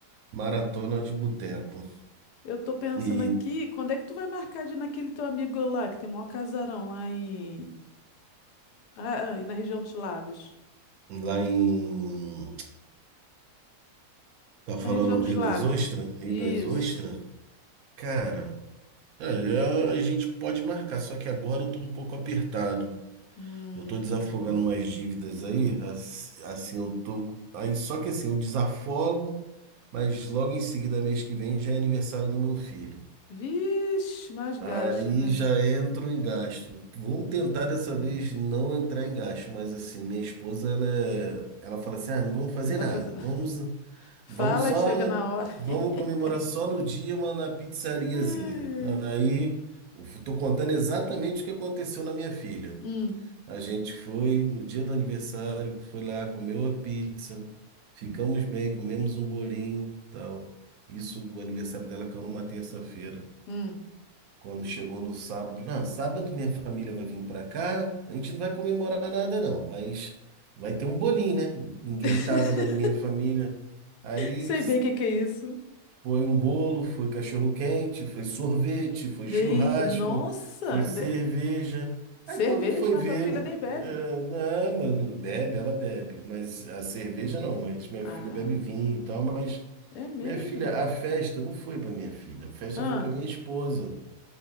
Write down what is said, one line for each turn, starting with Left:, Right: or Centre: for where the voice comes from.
Right: maratona de boteco.
Left: Eu tô pensando
Right: E
Left: aqui, quando é que tu vai marcar de ir naquele teu amigo lá, que tem o maior casarão lá em... Ah, ah, e na região dos lagos.
Right: lá em. Tá
Left: Na
Right: falando
Left: região dos
Right: Rio
Left: lagos.
Right: das Ostras? Rio
Left: Isso.
Right: das Ostras? Cara, é, a gente pode marcar, só que agora eu tô um pouco apertado.
Left: Hum...
Right: Eu tô desafogando umas dívidas aí, as- assim, eu tô. com- Aí, só que assim, eu desafogo, mas logo em seguida, mês que vem, já é aniversário do meu filho.
Left: Vixe, mais gasto,
Right: Aí
Left: né?
Right: já entro em gasto. Vou tentar
Left: Hum,
Right: dessa vez não entrar em gasto, mas assim, minha esposa, ela, é- ela fala assim: ah, não vamos fazer
Left: não vai
Right: nada,
Left: fazer. <laughs>
Right: vamos,
Left: Fala
Right: vamos só,
Left: e chega na hora. <laughs>
Right: vamos comemorar só no dia, uma na pizzariazinha.
Left: Ai, ai.
Right: Aí, eu tô contando exatamente o que aconteceu na minha filha.
Left: Hum,
Right: A gente foi no dia do aniversário, foi lá, comeu a pizza, ficamos bem, comemos um bolinho, tal. Isso, o aniversário dela caiu numa terça-feira.
Left: hum.
Right: Quando chegou no sábado, não, sábado minha família vai vir pra cá, a gente não vai comemorar nada não, mas vai ter um bolinho, né? Ninguém
Left: <laughs>
Right: tava da minha família. Aí
Left: Sei bem o que que é isso.
Right: foi um bolo, foi cachorro-quente, foi sorvete, foi
Left: Eita,
Right: churrasco,
Left: nossa!
Right: foi cerveja.
Left: de- Cerveja,
Right: Aí quando foi
Left: mas
Right: ver,
Left: tua filha
Right: eh,
Left: nem bebe.
Right: não, mano, bebe, ela bebe, mas a cerveja não, mas minha
Left: Ah,
Right: filha bebe vinho e tal, mas
Left: é mesmo?
Right: minha filha, a festa não foi para minha filha, a festa
Left: Ah,
Right: foi para minha esposa.